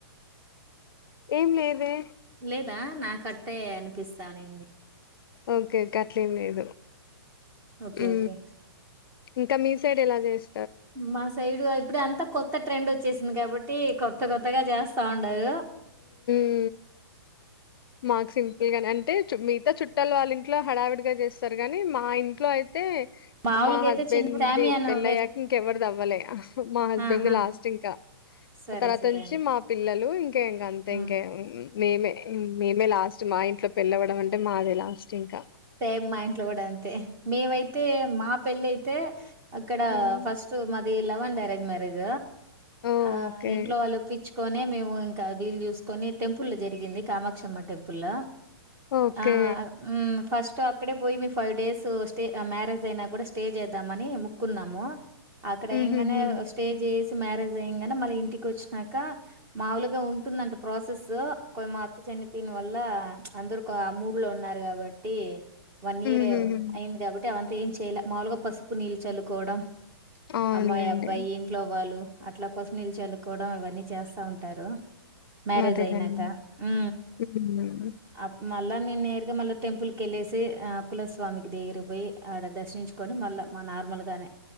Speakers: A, on the left; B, on the right.
A: ఏం లేదే
B: లేదా నాకట్టే అనిపిస్తానింది
A: ఓకేే గట్లేం లేదు
B: ఓకే.
A: ఉ
B: ఓకే.
A: ఇంకా మీ సైడ్ ఎలా చేస్
B: మా సైడు అయి ఇప్పుడు అంతా కొత్త ట్రెండ్ వచ్చేసింది కాబట్టి కొత్త కొత్తగా చేస్తూ, తాండగా
A: ఊ మాకు సింపుల్ గాని అంటే మిగతా చుట్టాలు వాళ్ళ ఇంట్లో హడావిడిగా చేస్తారు గాని మా ఇంట్లో అయి తే
B: మామూలుగైతే
A: మా హస్బెండ్
B: చిన్న షామియానా
A: ది పెళ్ళయ్యాక
B: వేస్
A: ఇంకెవరిది అవ్వలే మా హస్బెండ్
B: ఆహా!
A: దే లాస్ట్ ఇంకా
B: సరే.
A: ఆ తర్వాత
B: సరే
A: నుంచి
B: అండి.
A: మా పిల్లలు ఇంకా ఇంకా అంతే
B: హ్మ్.
A: ఇంకే మేమే మేమే లాస్ట్ మా ఇంట్లో పెళ్లవ్వడం అంటే మాదే లాస్ట్ ఇంకా
B: సేమ్ మా ఇంట్లో కూడా అంతే మేవైతే మా పెళ్ళి అయితే అక్కడ
A: హ్మ్.
B: ఫస్ట్ మ అది లవ్ అండ్ ఆరెంజ్ మ్యారేజ్
A: ఓకే.
B: ఆ ఇంట్లో వాళ్లు ఓ పిచ్చి, కొని మేము ఇంకా వీలు చూసుకొని టెంపుల్ జరిగింది కామాక్షమ్మ టెంపుల్ లో
A: ఓకే.
B: ఆ హు ఫస్ట్ అక్కడే పోయి మీ ఫైవ్ డేస్ స్టే మ్యారేజ్ అయినా కూడా స్టే చేద్దామని మోక్కున్నాము అక్కడ
A: హుహుహు.
B: ఇంగానే స్టే చేసి, మ్యారేజ్ అయ్యంగానే మల్ల ఇంటికి వచ్చినాక మాముూలుగా ఉంటుందంట ప్రాసెస్ కొ మా అత్త చనిపోయిన వల్ల అందరు ఆ మూడు లో ఉన్నారు కాబట్టి ప వన్
A: హుహుహు.
B: ఇయర్ హే అయింది కాబట్టి అవన్నీ ఏం చేయలే మాములుగా పసుపు నీళ్లు చల్లుకోవడం
A: అవునులెండి.
B: అమ్మాయి అబ్బాయి ఇంట్లో వాళ్ళు, అట్లా పసుపు నీళ్ళు చల్లుకోవడం అవన్నీ చేస్తా ఉంటారు మ్యారేజ్
A: అదేలెండి.
B: అయినాక హు
A: హ్మ్.
B: అప్పు మళ్ళా నేను నేరుగా మళ్ళా టెంపుల్ కి కెళ్ళేసి అకులస్వామికి దగ్గిరి పోయి ఆడ దర్శించుకొని మళ్ళా మా నార్మల్ గానే,